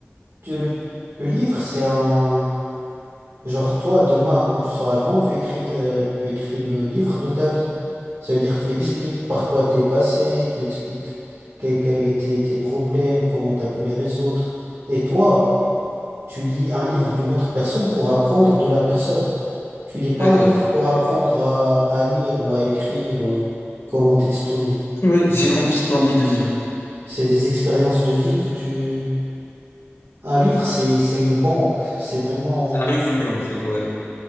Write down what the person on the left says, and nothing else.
Ok.
D'accord.
Ouais, j'ai compris ce que t'as envie de dire.
C'est un résumé, en fait, ouais.